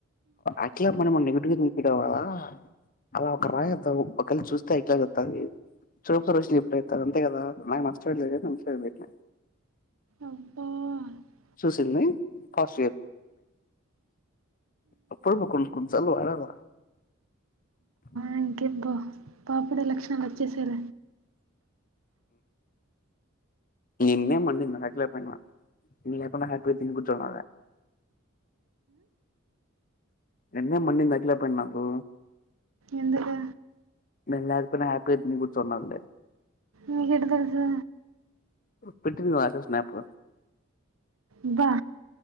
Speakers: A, on the left; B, on the right.
A: అట్లా మన మ నెగిటివ్గా నిలిపివాల అలా ఒక రా ఒకళ చూస్తే అట్లా చంది చూడ వచ్చిన ఎప్పుడవుతారు అంతే కదా నాకు నష్టపడలేదు సంసార్ బ
B: అబ్బా
A: సుశీల్ని కాస్ అప్పుడు మా కొంచ కొంచ చాలు వాడాల అ
B: అకేబ్ బా పాపడే లక్షాలు వచ్చేసేద
A: న్నే మండి హకప్పప్ప హ తి కూచద నిన్న మన్ని దట్లే పోయి నాకు
B: ఎందుకు
A: నిను లేకున్నా హాపీగా తిని కూర్చున్నండి
B: మీకేట్టా తెలుసు
A: పెట్టటిందిగా ఆశ స్నాప్
B: బ్బా